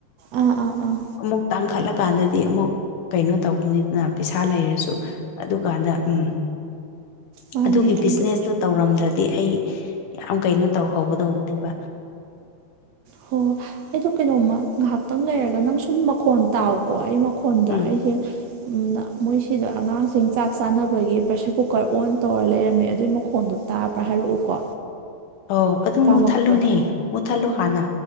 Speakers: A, on the right; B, on the left.
A: ꯑꯥ ꯑꯥ ꯑꯥ
B: ꯑꯃꯨꯛ ꯇꯥꯡꯈꯠꯂꯀꯥꯟꯗꯗꯤ ꯑꯃꯨꯛ ꯀꯩꯅꯣ ꯇꯧꯕꯅꯤꯗ ꯄꯩꯁꯥ ꯂꯩꯔꯁꯨ ꯑꯗꯨꯀꯥꯟꯗ ꯎꯝ
A: ꯃꯥꯅꯦ
B: ꯑꯗꯨꯒꯤ
A: ꯑꯗꯣ
B: ꯕꯤꯖꯤꯅꯦꯁꯇꯨ ꯇꯧꯔꯝꯗ꯭ꯔꯗꯤ ꯑꯩ ꯌꯥꯝ ꯀꯩꯅꯣ ꯇꯧꯍꯧꯒꯗꯧꯕꯅꯦꯕ
A: ꯍꯣ ꯑꯩꯗꯣ ꯀꯩꯅꯣꯝꯃ ꯉꯍꯥꯛꯇꯪ ꯂꯩꯔꯒ ꯅꯪ ꯁꯨꯝ ꯃꯈꯣꯟ ꯇꯥꯎꯀꯣ ꯑꯩ ꯃꯈꯣꯟꯗ
B: ꯎꯝ
A: ꯑꯩꯁꯦ ꯃꯣꯏꯁꯤꯗ ꯑꯉꯥꯡꯁꯤꯡ ꯆꯥꯛ ꯆꯥꯅꯕꯒꯤ ꯄ꯭ꯔꯦꯁꯔ ꯀꯨꯀꯔ ꯑꯣꯟ ꯇꯧꯔ ꯂꯩꯔꯝꯃꯦ ꯑꯗꯨꯏ ꯃꯈꯣꯟꯗꯨ ꯇꯥꯕ꯭ꯔꯥ ꯍꯥꯏꯔꯛꯎꯀꯣ
B: ꯑꯧ ꯑꯗꯨ
A: ꯀꯥꯝꯃꯛꯄꯗ
B: ꯃꯨꯠꯊꯠꯂꯨꯅꯦ ꯃꯨꯠꯊꯠꯂꯨ ꯍꯥꯟꯅ